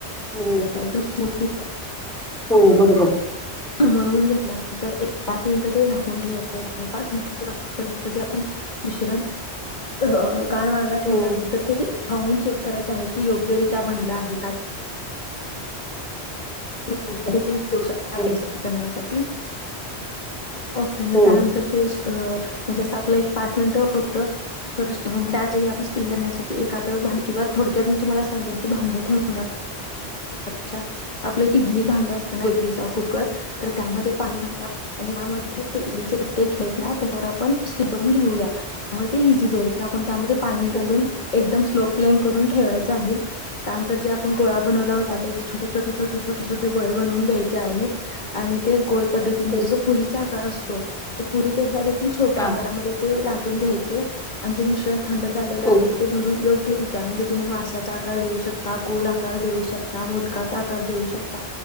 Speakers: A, in the centre; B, on the left.
A: हो
B: <inaudible>
A: हो बरोबर.
B: मळवून घेतल्यानंतर एक पाच मिनिटं ते झाकून ठेवायचं आहे पाच मिनिटं <unintelligible> ते आपण मिश्रण अ गार व्हायला ठेवलं
A: हो
B: आहे तर ते <unintelligible> करायचं आहे की योग्य रित्या बनलं आहे <inaudible> <unintelligible> देऊ शकता
A: हो
B: टेस्ट करण्यासा <inaudible> ओके मग
A: हो
B: त्यानंतर ते अ म्हणजे असं आपलं एक पाच मिनिट होतं <unintelligible> स्टीम बनण्यासाठी एका <unintelligible> किंवा थोडक्यात मी तुम्हाला सांगेन की भांडं ठेवुन <unintelligible> आपलं इडली भांड असतं ना इडलीचा कुकर तर त्यामध्ये पाणी घाला आणि यामध्ये ते <unintelligible> त्याच्यावर आपण स्टीम करून घेऊयात त्यामुळे ते इझी जाईल तर आपण त्यामध्ये पाणी घालून
A: ओके
B: एकदम स्लो प्लेम करून ठेवायचं आहे त्या नंतर जे आपण गोळा बनवला होता.
A: हां
B: त्याचे छोटे छोटे छोटे छोटे छोटे गोळे बनवून घ्यायचे आहेत आणि ते गो पद्धतीने
A: ओके
B: जसं पुरीचा आकार अस तो पुरी पेक्षा एक छोट्या
A: हां
B: आकारामध्ये ते लाटून घ्याय आमचे मिश्रण थंड झालेलं आहे
A: ओके
B: ते भरून योग्य रि त्या मध्ये तुम्ही माश्याचा आकार देऊ शकता गोल आकार देऊ शकता मोदकाचा आकार देऊ शकता